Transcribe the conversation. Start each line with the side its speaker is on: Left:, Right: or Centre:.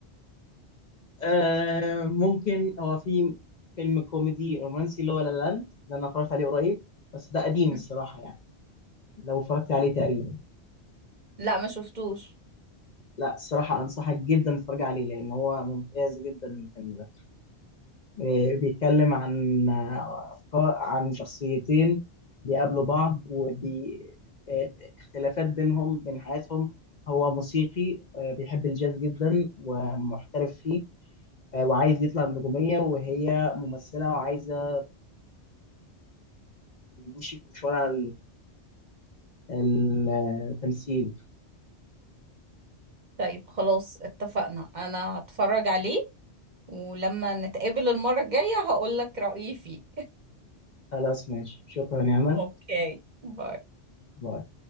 Left: آه ممكن هو في فيلم كوميدي رومانسي اللي هو لا لا لاند ده انا اتفرجت عليه قريب بس ده قديم
Right: <laughs>
Left: الصراحه يعني لو اتفرجت عليه تقريبا
Right: لا ما شفتوش
Left: لا الصراحه انصحك جدا تتفرج عليه لان هو ممتاز جدا الفيلم ده. آه، بيتكلم عن آه، أفكار عن شخصيتين بيقابلوا بعض ودي آه، اختلافات بينهم بين حياتهم هو موسيقي آه، بيحب الجاز جدا ومحترف فيه آه، وعايز يطلع النجومية وهي ممثلة وعايزة تمشي في مشوار ال- التمثيل
Right: طيب خلاص اتفقنا انا هتفرج عليه ولما نتقابل المرة الجاية هقولك رأيي فيه
Left: خلاص ماشي شكرا يا أمل
Right: <laughs> اوكي باي
Left: باي